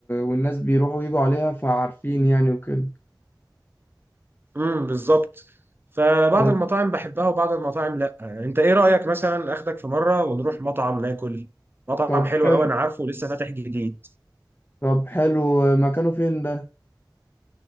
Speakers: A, on the left; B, on the right.
A: والناس بيروحوا ويجوا عليها فعارفين يعني وكده
B: امم بالظبط فبعض
A: طيب
B: المطاعم بحبها وبعض المطاعم لا انت ايه رايك مثلا اخدك في مره ونروح مطعم ناكل مطعم
A: طب
B: حلو
A: حلو
B: قوي انا عارفه ولسه فاتح جديد
A: طب حلو آه، مكانه فين ده